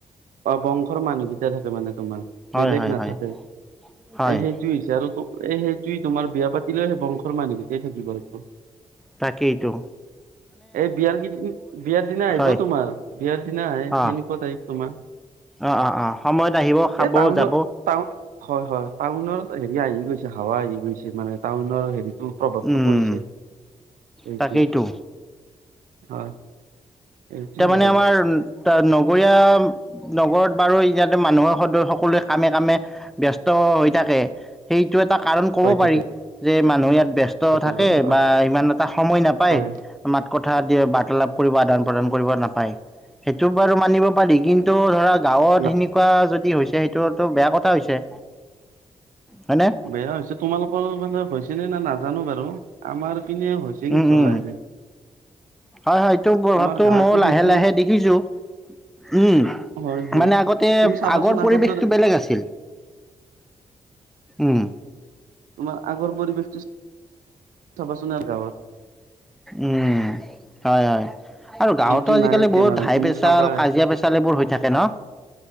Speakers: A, on the right; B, in the centre.
A: বা বংশৰ মানুহকেইটা থাকে মানে তোমাৰ
B: হয়,
A: বেলেগ
B: হয়,
A: নাথাকে
B: হয়, হয়
A: এই সেইটো হৈছে আৰু এই সেইটো তোমাৰ বিয়া পাতি থ ল সে বংশৰ মানুহকেইটাই থাকিব লাগিব
B: তাকেই এইটোো
A: এই বিয়াৰ কেইদিন বিয়াৰ দিনা আহিব
B: হয়
A: তোমাৰ বিয়াৰ দিনা আহে
B: অ',
A: সেনেকুৱা তাই তোমাৰ
B: অ অ অ সময়ত আহিব খাব
A: এই টাউনত
B: যাব
A: টাউন হয় হয় টাউন হেৰি আহি গৈছে হাৱা আহি গৈছে মানে টাউনৰ হেৰি প্ৰভাৱটো
B: উম
A: পৰিছে এই
B: তাকেইতো
A: কি হয় এইটোৱে
B: তাৰ মানে
A: আৰু
B: আমাৰ নগৰীয়া নগৰত বাৰু ইয়াতে মানুহৰ সদ সকলোৱে কামে কামে ব্যস্ত হৈ থাকে সেই এইটো এটা কাৰণ কব
A: হৈ থাকে
B: পাৰি যে মানুহে ইয়াত বিয়স্ত
A: ক'ব
B: থাকে
A: গ'লে। অ,
B: বা ইমান এটা সময় নাপায়
A: হয়
B: মাতকট কথািয়ে বাৰ্তালাপ কৰিব আদান প্ৰদান কৰিব নাপায় সেইটো বাৰু মানিব পাৰি কিন্তু ধৰাক গাঁৱত
A: না
B: সেনেকুৱা যদি হৈছে সেইটোতো বেয়া কথা হৈছে হয়নে
A: বেয়া হৈছে তোমালোকৰ মানে হৈছে নে না নাজানো বাৰু আমাৰ পিনে হৈছে কিন্তু
B: উম উম
A: লাহে লাহে
B: হয় হয় এইটো প্ৰভাৱটো
A: তোমাৰ গাঁৱতো
B: মই লাহে
A: সেইটো
B: লাহে দেখিছো <unintelligible> উম
A: হয় হয়
B: মানে আগতে
A: তুমি চাবাচোন
B: আগৰ পৰিৱেশটো
A: দৰে
B: বেলেগ আছিল উম
A: তোমাৰ আগৰ পৰিৱেশটো চাবাচোন আৰু গাঁৱত
B: উম হয় হয় আৰু গাঁৱতো
A: এইটো
B: আজিকালি
A: নাই এতিয়া
B: বহুত
A: মানে
B: হাই
A: তুমি
B: প্ৰেচাৰ
A: চাবা
B: কাজিয়া প্ৰেছাৰ এইবোৰ হৈ থাকে ন